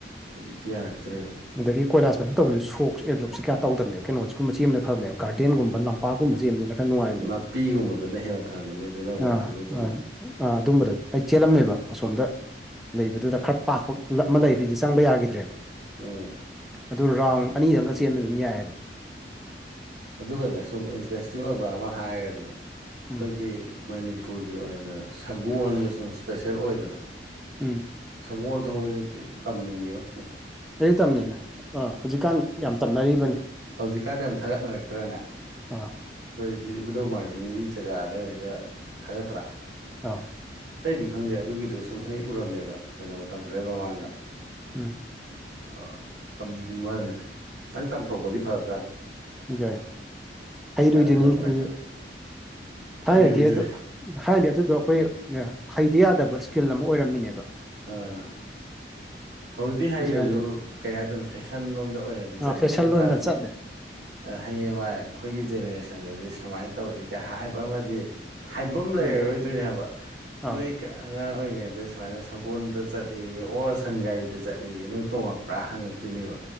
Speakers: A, on the right; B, in the centre.
A: ꯍꯧꯖꯤꯛꯇꯤ ꯌꯥꯔꯛꯇ꯭ꯔꯦꯕ
B: ꯑꯗꯒꯤ ꯀꯣꯏꯂꯥꯁ ꯃꯊꯛꯇ ꯇꯧꯕꯖꯦ ꯁꯣꯛꯁ ꯑꯦꯞꯖꯣꯞꯁꯦ ꯀꯌꯥ ꯇꯧꯗꯕꯅꯦꯕ ꯀꯩꯅꯣꯒꯨꯝꯕ ꯆꯦꯟꯕꯅ ꯐꯕꯅꯦꯕ ꯒꯥꯔꯗꯦꯟꯒꯨꯝꯕ ꯂꯝ ꯄꯥꯛꯀꯨꯝꯕ ꯆꯦꯟꯕꯁꯤꯅ ꯈꯔ ꯅꯨꯡꯉꯥꯏꯕꯅꯦꯕ
A: ꯅꯥꯄꯤꯒꯨꯝꯕꯗꯅ ꯍꯦꯟꯅ ꯐꯔꯝꯃꯅꯤ ꯑꯗꯨ ꯅꯪ ꯋꯥꯔꯤꯗꯨꯒꯤ
B: ꯑꯥ
A: ꯃꯇꯨꯡ
B: ꯑꯥ
A: ꯏꯟꯅ
B: ꯑꯥ ꯑꯗꯨꯝꯕꯗ ꯑꯩ ꯆꯦꯜꯂꯝꯃꯦꯕ ꯑꯁꯣꯝꯗ ꯂꯩꯕꯗꯨꯗ ꯈꯔ ꯄꯥꯛꯄ ꯂ ꯑꯃ ꯂꯩ ꯍꯧꯖꯤꯛꯇꯤ ꯆꯪꯕ ꯌꯥꯒꯤꯗ꯭ꯔꯦꯕ
A: ꯎꯝ
B: ꯑꯗꯨ ꯔꯥꯎꯟ ꯑꯅꯤꯗꯪꯒ ꯆꯦꯟꯕꯗ ꯑꯗꯨꯝ ꯌꯥꯏꯑꯦꯕ
A: ꯑꯗꯨꯒꯅꯦ ꯁꯨꯝ ꯏꯟꯇꯔꯦꯁꯇꯤꯡ ꯑꯣꯏꯕ ꯑꯃ ꯍꯥꯏꯔꯒꯗꯤꯅꯦ ꯑꯩꯈꯣꯏꯒꯤ
B: ꯎꯝ
A: ꯃꯅꯤꯄꯨꯔꯒꯤ ꯑꯣꯏꯅ ꯁꯒꯣꯜꯖꯦ ꯁꯨꯝ ꯁ꯭ꯄꯦꯁꯦꯜ ꯑꯣꯏꯗꯅ
B: ꯎꯝ
A: ꯁꯒꯣꯜ ꯊꯧꯕꯖꯦ ꯊꯤ ꯇꯝꯅꯤꯡꯉꯦꯉꯣ
B: ꯑꯩꯖꯨ ꯇꯝꯅꯤꯡꯉꯦ ꯑꯥ ꯍꯧꯖꯤꯛꯀꯥꯟ ꯌꯥꯝ ꯇꯝꯅꯔꯤꯕꯅꯦ
A: ꯍꯧꯖꯤꯛꯀꯥꯟꯗꯤ ꯌꯥꯝ ꯊꯥꯒꯠꯅꯔꯛꯇ꯭ꯔꯅꯦ
B: ꯑꯥ
A: ꯑꯩꯈꯣꯏ ꯁꯤ ꯏꯕꯨꯙꯧ ꯃꯥꯔꯖꯤꯡꯒꯤ ꯖꯒꯥ ꯑꯗꯨꯋꯥꯏꯗꯒ ꯊꯥꯒꯠꯇ꯭ꯔꯥ
B: ꯑꯧ
A: ꯑꯇꯩꯗꯤ ꯈꯪꯗꯦ ꯑꯗꯨꯒꯤꯗꯣ ꯁꯨꯝ ꯑꯩ ꯎꯔꯝꯃꯦꯕ ꯀꯩꯅꯣ ꯃꯇꯝ ꯈꯔ ꯃꯃꯥꯡꯗ
B: ꯎꯝ
A: ꯑꯥ ꯇꯝꯅꯤꯡꯕꯋꯥꯅꯤꯗ ꯑꯝꯇꯪ ꯇꯝꯊꯣꯛꯄꯗꯤ ꯐꯕꯖꯥꯠꯅꯦ
B: ꯖꯥꯏ ꯍꯩꯔꯣꯏꯗꯣꯏꯅꯤꯅꯦ
A: ꯈꯔ
B: ꯑꯗꯨꯖꯨ
A: ꯄꯥꯏꯈꯠꯂꯦ
B: ꯊꯥꯏꯅꯗꯤ
A: ꯍꯩꯔꯣꯏꯗꯣꯏ
B: ꯑꯗꯨ ꯊꯥꯏꯟꯗꯤ ꯑꯗꯨꯗꯣ ꯑꯩꯈꯣꯏ ꯍꯩꯇ ꯌꯥꯗꯕ ꯁ꯭ꯀꯤꯜ ꯑꯃ ꯑꯣꯏꯔꯝꯃꯤꯅꯦꯕ
A: ꯑꯥ ꯍꯧꯖꯤꯛꯇꯤ ꯍꯩꯔꯖꯨ
B: ꯍꯧꯖꯤꯛꯀꯥꯟꯗꯤ
A: ꯀꯩ ꯍꯥꯏꯗꯣꯏꯅꯣ ꯐꯦꯁꯟ ꯔꯣꯝꯗ ꯑꯣꯏꯅꯗꯤ
B: ꯑꯥ
A: ꯆꯠꯂꯦ
B: ꯐꯦꯁꯟ
A: ꯑꯗꯣꯏ ꯇꯥꯔꯖꯨ
B: <inaudible>
A: ꯍꯌꯦꯡꯋꯥꯏ ꯑꯩꯈꯣꯏꯒꯤ ꯖꯦꯅꯦꯔꯦꯁꯟꯗꯗꯤ ꯁꯨꯃꯥꯏꯟ ꯇꯧꯔꯛꯏ ꯀ ꯍꯥꯏꯕ ꯑꯃꯗꯤ ꯍꯥꯏꯕꯝ ꯂꯩꯔꯔꯣꯏꯗꯣꯏꯅꯦ
B: ꯎꯝ
A: ꯍꯥꯏꯕ
B: ꯑꯥ
A: ꯅꯣꯏ ꯑꯉꯥꯡ ꯑꯣꯏꯔꯤꯉꯩꯗ ꯁꯨꯃꯥꯏꯅ ꯁꯒꯣꯟꯗ ꯆꯠꯂꯦꯌꯦ ꯑꯣꯔ ꯁꯟꯒꯥꯔꯤꯗ ꯆꯠꯂꯦꯌꯦ ꯅꯣꯏ ꯇꯣꯡꯉꯛꯄ꯭ꯔꯥ ꯍꯪꯉꯛꯇꯣꯏꯅꯦꯕ